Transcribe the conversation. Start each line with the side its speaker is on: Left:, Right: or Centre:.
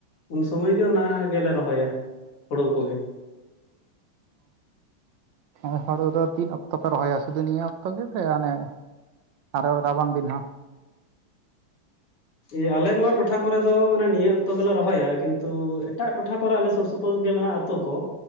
Left: ᱩᱱ ᱥᱚᱢᱚᱭ ᱜᱮ ᱚᱱᱟ ᱜᱮᱞᱮ ᱨᱚᱦᱚᱭᱟ ᱦᱩᱲᱩ ᱠᱚᱜᱮ᱾
Right: ᱦᱚᱸ ᱦᱩᱲᱩ ᱫᱚ ᱛᱤᱱ ᱚᱠᱛᱚ ᱯᱮ ᱨᱚᱦᱚᱭᱟ ᱥᱩᱫᱩ ᱱᱤᱭᱟᱹ ᱚᱠᱛᱚ ᱜᱮᱯᱮ ᱚᱱᱮ? ᱟᱨᱚ ᱨᱟᱵᱟᱝ ᱫᱤᱱ ᱦᱚᱸ?
Left: ᱤᱭᱟᱹ ᱟᱞᱮ ᱱᱚᱣᱟ ᱴᱚᱴᱷᱟ ᱠᱚᱨᱮ ᱫᱚ ᱢᱟᱱᱮ ᱱᱤᱭᱟᱹ ᱚᱠᱛᱚ ᱜᱮᱞᱮ ᱨᱚᱦᱚᱭᱟ ᱠᱤᱱᱛᱩ ᱮᱴᱟᱜ ᱴᱚᱴᱷᱟ ᱠᱚᱨᱮ ᱟᱞᱮ ᱥᱩᱨ ᱥᱩᱯᱩᱨ ᱜᱮ ᱢᱮᱱᱟᱜᱼᱟ ᱛᱚᱠᱚ